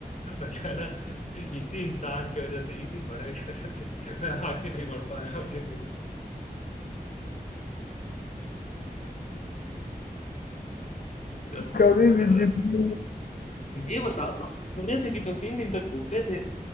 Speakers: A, on the left (about 45°); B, on the left (about 70°).
A: और कहना इसी इंसान की वजह से इसी बड़े की वजह से मैं आगे नहीं बढ़ पाया हूँ जिंदगी में अच्छा
B: कभी भी जिंदगी
A: ये बताओ सुने थे कि दो तीन दिन तक भूखे थे